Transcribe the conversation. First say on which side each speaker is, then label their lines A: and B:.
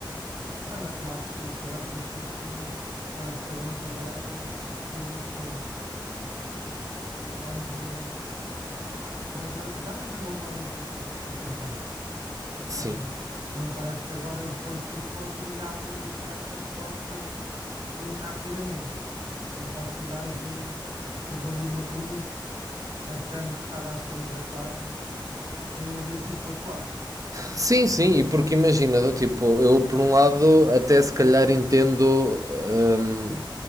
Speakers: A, on the right; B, on the right.
A: Mas, mas eu acho que o César Peixoto, com esta brincadeira, queimou-se muito. Acho que o gajo. Epá, ele não é treinador, para já não é treinador para o Benfica, né? Para começar.
B: Sim.
A: Ah, não me parece que agora o Porto e o Sporting lhe abram as, per- as portas muito rapidamente. Por isso acho que o gajo fez ali uma cruz, achando que estava a ser engraçado, deu ali o tiro pela culatra.
B: Sim, sim, e porque imagina, do tipo, eu por um lado até se calhar entendo, hum,